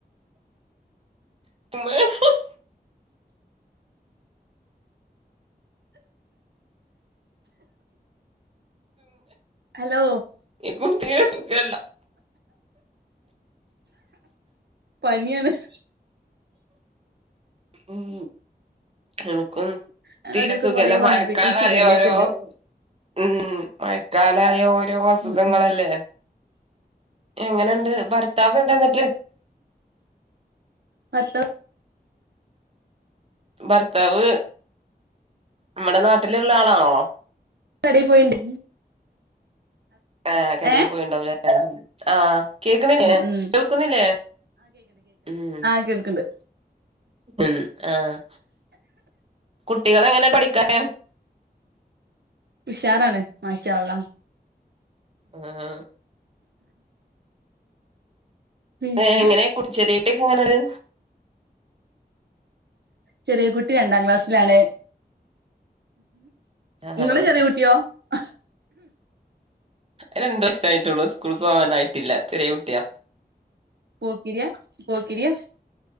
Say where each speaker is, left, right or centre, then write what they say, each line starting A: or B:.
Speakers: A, on the right; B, on the right.
A: ത <unintelligible>
B: ഹലോ
A: ത്തി സുംഖല്ല <unintelligible>
B: പനിയാണ് <inaudible>
A: ഉം എനക്കും
B: ഞങ്ങളെ
A: തീര
B: ഇതിലൊക്കെ
A: സുഖല്ല.
B: കൊറേ മഞ്ഞപ്പിത്തവും
A: മഴക്കാലായ
B: ശിഖല്ലയൊക്കെ
A: ഓരോ
B: ഉണ്ട്
A: ഉം മയക്കാലായ ഓരോ അസുഖങ്ങളല്ലേ
B: ഉം ഉം
A: എങ്ങനെണ്ട് ഭർത്താവെവിടെന്നട്ട്
B: ഭർത്താവ്
A: ഭർത്താവ് മ്മടെ നാട്ടിലുള്ള ആളാണോ
B: കടേ പോയിണ്ട്
A: ഏഹ് കടയി
B: ഏ
A: പോയിണ്ടാവുലേ ആഹ് കേക്ക്‌ണില്ലേ
B: ഉം ഉം
A: കേൾക്കുന്നില്ലേ ഉം
B: അ കേൾക്ക്‌ണ്ട്
A: ഉം ആഹ് കുട്ടികളെങ്ങനെ പഠിക്കാന്
B: ഉഷാറാണ് മാഷാഅള്ള
A: ആഹ്
B: പിന്നെ
A: ഏ എങ്ങനെ കുട്ച്ചല്. റ്റക്ക്‌ങ്ങനൊരു
B: ചെറിയ കുട്ടി രണ്ടാം ക്ലാസ്സിലാണ്.
A: ആഹ്
B: ങ്ങളെ ചെറ്യേ കുട്ട്യോ ആ
A: അരണ്ട് വയസ്സായിട്ടുള്ളു. സ്കൂൾക്കോവാനായിട്ടില്ല. ചെറ്യേ കുട്ടിയാ
B: പോക്കിര്യ പോക്കിര്യ